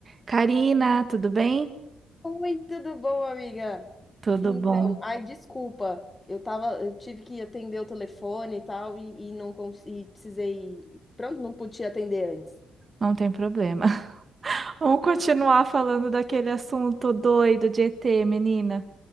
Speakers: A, on the right; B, on the left.
A: Karina, tudo bem?
B: Oi, tudo bom, amiga?
A: Tudo
B: Então,
A: bom,
B: ai, desculpa, eu tava, eu tive que atender o telefone e tal, e, e não consegui, precisei, pronto, não podia atender antes.
A: não tem problema. <laughs> Vamos continuar falando daquele assunto doido de ET, menina.